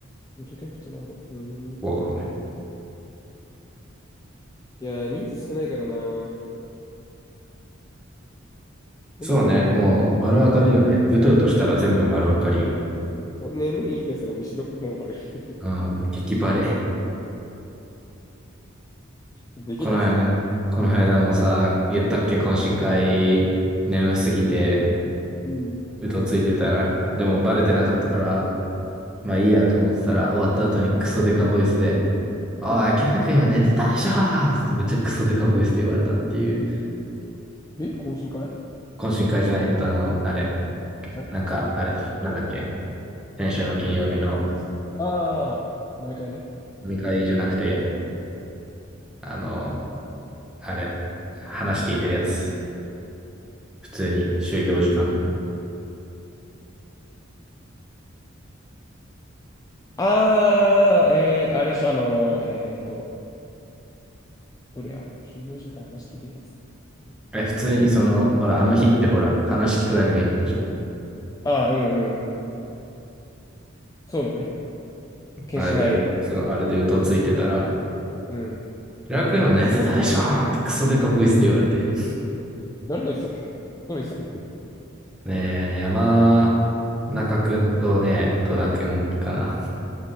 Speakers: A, on the left; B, in the centre.
A: ミートキャンプってなんやろう。ーん。
B: な。わかんない。
A: いやー、人数少ないからな。変なことできんよ。
B: そうね、もう丸分かりよね。うとうとしたら全部丸分かりよ。
A: そう、眠いいいですらもう一緒のもうバレる。<laughs>
B: うん、激バレ。
A: できない、
B: この間、
A: それも。
B: この間もさ、言ったっけ、懇親会、眠すぎて、
A: うん。
B: うとついてたら、でもバレてなかったから、まあいいやと思ってたら、終わった後にクソデカボイスで、おい、
A: うん。
B: 明らか今寝てたでしょつってめっちゃクソデカボイスで言われたっていう、
A: え、懇親会
B: 懇親会じゃないとあの、あれ、
A: はい
B: なんか、あれ、なんだっけ、先週の金曜日の
A: ああー、飲み会ね。
B: 飲み会じゃなくて、あの、あれ、話聞いてるやつ。普通に、就業時間の。
A: ああ、えー、あれでしょ、あのー、えーっと、どれや、就業時間話聞いてるやつ。
B: え、普通にその、ほら、あの日ってほら、話聞くだけの日だったじゃん。
A: あー、うんうんうん。そうだね。研修内容がね。
B: あれで、そう、あれでうとついてたら、
A: うん。
B: 平良君今寝てたでしょーってクソデカボイスで言われて。
A: あ、誰が言ってたっけ誰が言ってた
B: ねえ、山中くんとね、戸田くんかな。